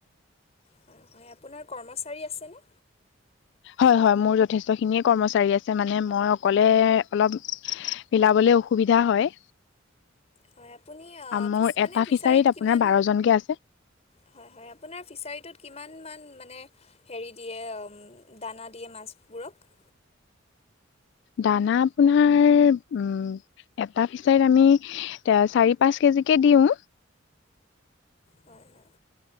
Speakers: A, on the left; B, on the left.
A: হয় হয় আপোনাৰ কৰ্মচাৰী আছেনে
B: হয় হয় মোৰ যথেষ্টখিনিয়ে কৰ্মচাৰী আছে মানে মই অকলে অলপ মিলাবলৈ অসুবিধা হয়
A: হয় আপুনি আহ,
B: মোৰ
A: ফিচ মানে
B: এটা ফিচাৰীত
A: কিমান
B: আপোনাৰ বাৰ জনকে আছে
A: হয় হয় আপোনাৰ ফিচাৰীটোত কিমান কিমান মান মানে হেৰি দিয়ে দানা দিয়ে মাছবোৰক
B: দানা আপোনাৰ উম এটা ফিচাৰীত আমি চাৰি পাঁচ কেজি দিওঁ
A: হয় হয়